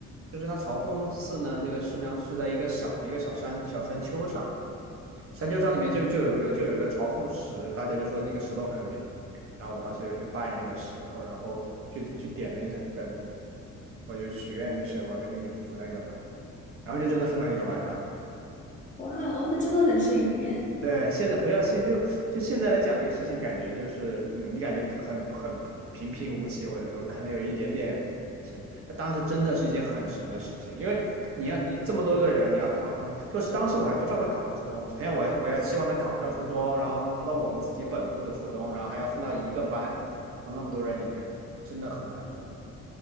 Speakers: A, on the right; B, on the left.
A: 就是它朝凤寺呢，这个寺庙是在一个小的一个小山小山丘上，山丘上里面就就有一个就有一个朝凤石，大家就说那个石头很灵。然后我当时就去拜那个石头，然后去去点了一盏灯，我就许愿，就是我要跟那个女生分到一个班。然后就真的分到一个班上了。
B: 哇哦，那真的很幸运哎。
A: 对，现在不要信，就就现在来讲这个事情，感觉就是嗯，你感觉很很平平无奇，或者说可能有一点点很神。那当时真的是一件很神的事情，因为你要你这么多个人，你要考上，就是当时我还不知道他考上初中呢。首先我要我要希望他考上初中，然后考到我们自己本部的初中，然后还要分到一个班，从那么多人里面，真的很难得。